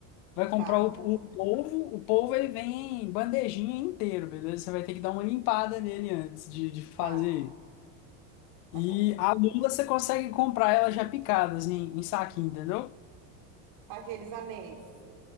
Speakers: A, on the left; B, on the right.
A: Vai comprar
B: Tá,
A: o, o polvo, o polvo ele vem em bandejinha inteiro, beleza? Você vai ter que dar uma limpada nele antes de, de fazer.
B: tá, tá
A: E
B: bom.
A: a lula você consegue comprar ela já picada, assim, em saquinho, entendeu?
B: Aqueles anéis.